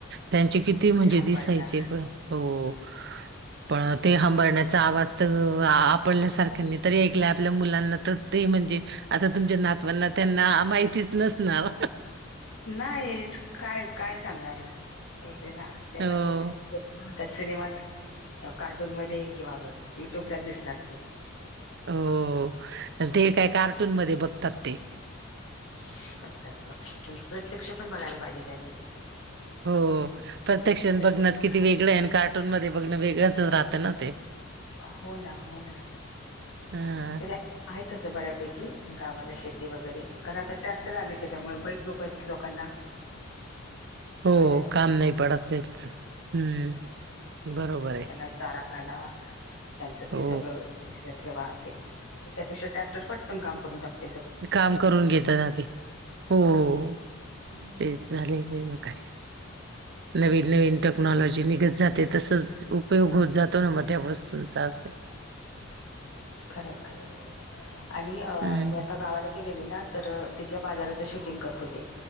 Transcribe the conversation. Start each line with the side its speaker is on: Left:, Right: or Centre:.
Right: त्यांचे किती
Left: ते
Right: म्हणजे
Left: अंबरला
Right: दिसायचे प हो पण ते हंबरण्याचा आवाज आपल्या
Left: हा
Right: सारख्यांनी तरी एकल्या आपल्या मुलांना तर ते म्हणजे आता तुमच्या नातवांना त्यांना माहितीच नसणार.
Left: नाहीच काय काय सांगणार अस होते ना ते
Right: हो
Left: आ बघ. त्या सिनेमात कार्टून मध्ये किंवा युट्यूबला दिसणार ते.
Right: हो ते काय कार्टून मध्ये बघतात ते.
Left: बघतात बघतात पण प्रत्यक्ष पण बघायला पाहिजे त्यांनी.
Right: हो प्रत्यक्षात
Left: त्यासाठी
Right: बघण्यात किती
Left: खास
Right: वेगळ आहे कार्टून मध्ये बघण वेगळंच राहतं ना ते.
Left: हो ना हो ना.
Right: ह.
Left: तरी आहे तस बऱ्यापैकी गावाला शेती वगैरे कारण आता ट्रॅक्टर आले त्याच्यामुळे बरीच लोक आहेत लोकांना
Right: हो
Left: बैलाला कोण-
Right: काम नाय पडत तेच हम्म.
Left: हम
Right: बरोबर
Left: त्यांना
Right: आहे
Left: ते चारा घाला त्यांचं
Right: हो.
Left: ते सगळं त्याच्यात ठेवा ते त्यापेक्षा ट्रॅक्टर पटकन काम करून टाकत
Right: ते काम करून घेतात आधी हो...
Left: हं.
Right: तेच. झाले म काय नवीन नवीन टेक्नॉलॉजी निघत जात ते तसच उपयोग होत जातो ना मग त्या वस्तूंचा अस.
Left: खरं हाय खरं हाय आणि
Right: हम्म
Left: मी आता गावाला गेलेली ना तर तिथल्या बाजाराच शूटिंग करत होते.